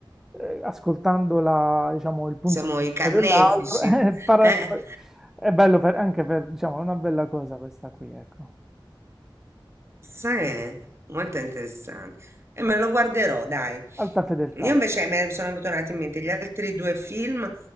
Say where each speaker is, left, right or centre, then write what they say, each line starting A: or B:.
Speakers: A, in the centre; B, on the right.
A: eh, ascoltando la- diciamo, il punto
B: siamo
A: di
B: i
A: vista
B: carnefici,
A: dell'altro <laughs> eh, para-
B: eh.
A: è bello per- anche per, diciamo, è una bella cosa questa qui, ecco.
B: Sai, eh? molto interessante. E me lo guarderò, dai.
A: Alta fedeltà.
B: Io invece mi sono tornati in mente gli altri due film